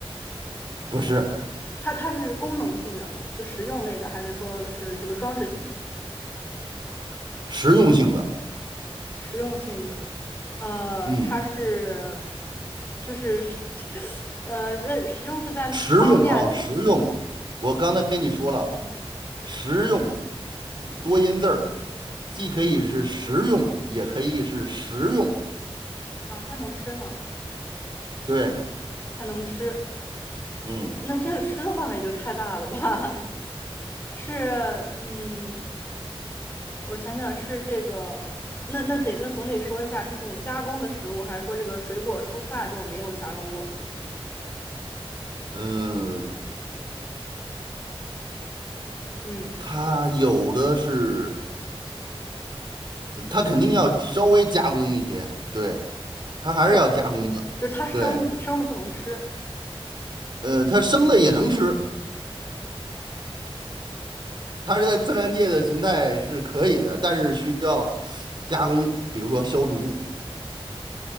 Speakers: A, on the right; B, on the left.
A: 不是
B: <laughs> 它它是功能性的，就实用类的，还是说是这个装饰性的？
A: 实用性的，
B: 实用性的，呃，
A: 嗯，
B: 它是就是是 <laughs> 呃，那实用是在哪方面呢？
A: 实用啊，实用。我刚才跟你说了，
B: <laughs> 嗯，
A: 实用多音字儿，既可以是实用，也可以是实用。
B: 啊，它能吃吗？
A: 对，
B: 它能吃，
A: 嗯
B: 那这个吃的范围就太大了吧？<laughs> 是，嗯，我想想是这个，那那得那总得说一下是这种加工的食物，还是说这个水果蔬菜这种没有加工过的吧？
A: 嗯，
B: 嗯。
A: 它有的是，它肯定要稍微加工一些，对，它还是要加工的，
B: 就是就是它生生的不能吃，
A: 对，呃，它生的也能吃，它是在自然界的形态是可以的，但是需要加工，比如说消毒